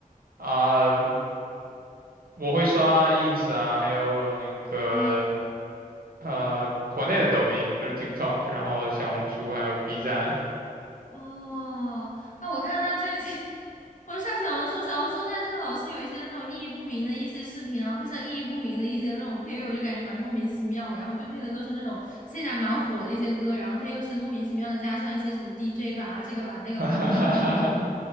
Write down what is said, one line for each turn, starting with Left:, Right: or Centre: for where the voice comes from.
Right: 啊、我会刷 ins 啊，还有那个
Left: 啊
Right: 呃国内的抖音，不是 TikTok，然后小红书还有 B 站，
Left: 哦，那我看他最近，<laughs> 我就上小红书，小红书他这个老是有一些那种意义不明的一些视频，然后配上意义不明的一些那种配乐，我就感觉蛮莫名其妙的。然后就配的都是那种现在蛮火的一些歌，然后他又是莫名其妙的加上一些什么 DJ 版啊，这个版那个版，
Right: <laughs> 哈哈哈哈
Left: 我